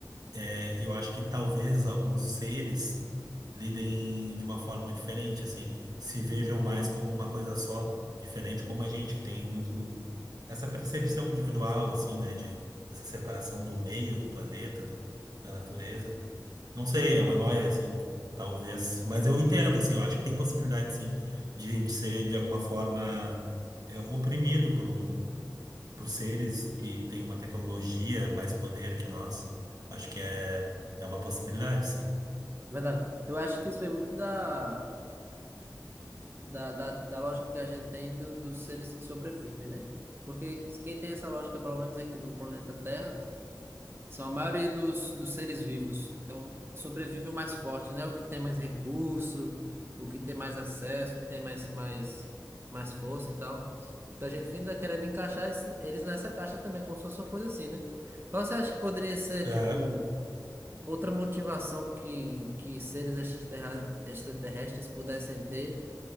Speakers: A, on the right; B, on the right.
A: é, Eu acho que talvez alguns seres lidem de uma forma diferente, assim, se vejam
B: Uhum.
A: mais como uma coisa só, diferente como a gente, que tem muito essa percepção individual, assim, né, de essa separação do meio, do planeta, do, da natureza. Não sei,
B: Uhum.
A: é uma noia, assim, que talvez, mas eu entendo, assim, eu acho que tem possibilidade, sim, de a gente ser, de alguma forma, é, oprimido por um para os seres que têm uma tecnologia, mais poder que nós, acho que é, é uma possibilidade, sim.
B: Verdade. Eu acho que isso vem muito da, da, da, da lógica que a gente tem do- dos seres que sobrevivem, né? Porque quem tem essa lógica, pelo menos aqui no planeta Terra, são a maioria dos, dos seres vivos. Então, sobrevive o mais forte, né? O que tem mais recurso, o que tem mais acesso, o que tem mais, mais, mais força e tal. Então, a gente ainda querendo encaixar es- eles nessa caixa também, como se fosse uma coisa assim, né? Qual você acha que poderia ser,
A: Aham.
B: tipo. Outra motivação que, que seres extraterra- extraterrestres pudessem ter